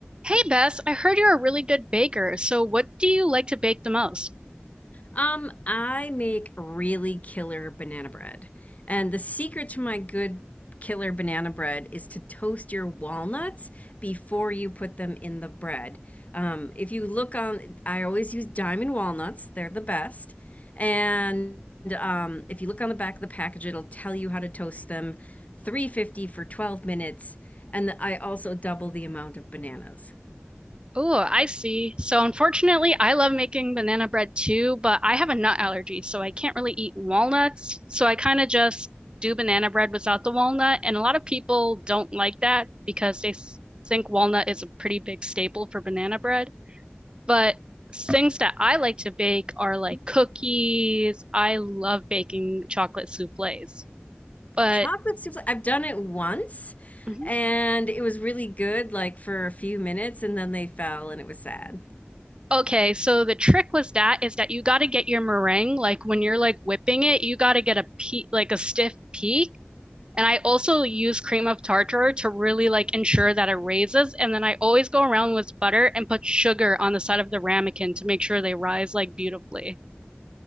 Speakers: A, on the right (about 25°); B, on the left (about 35°).
A: Hey Bess, I heard you're a really good baker. So what do you like to bake the most?
B: Um, I make really killer banana bread. And the secret to my good killer banana bread is to toast your walnuts before you put them in the bread. Um, if you look on, I always use diamond walnuts, they're the best. And um, if you look on the back of the package, it'll tell you how to toast them 350 for 12 minutes. And I also double the amount of bananas.
A: Oh, I see. So unfortunately, I love making banana bread too, but I have a nut allergy, so I can't really eat walnuts. So I kind of just do banana bread without the walnut, and a lot of people don't like that because they s- think walnut is a pretty big staple for banana bread. But things that I like to bake are like cookies. I love baking chocolate soufflés. But
B: Chocolate souffle. I've done it once
A: mm-hmm,
B: and it was really good, like for a few minutes, and then they fell and it was sad.
A: Okay, so the trick was that is that you got to get your meringue like when you're like whipping it, you got to get a peak like a stiff peak. And I also use cream of tartar to really like ensure that it raises. And then I always go around with butter and put sugar on the side of the ramekin to make sure they rise like beautifully.